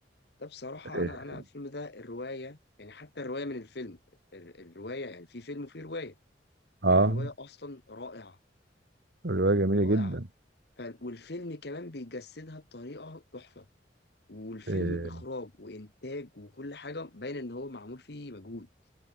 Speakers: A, on the left (about 60°); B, on the right (about 65°).
A: ده بصراحه
B: إيه،
A: انا انا الفيلم ده الروايه يعني حتى الروايه من الفيلم ال- الروايه يعني في فيلم وفي روايه
B: اه
A: الروايه اصلا رائعه
B: الروايه جميله
A: رائعه
B: جدا
A: ف... والفيلم كمان بيجسدها بطريقه تحفه والفيلم
B: إيه،
A: اخراج وانتاج وكل حاجه باين ان هو معمول فيه مجهود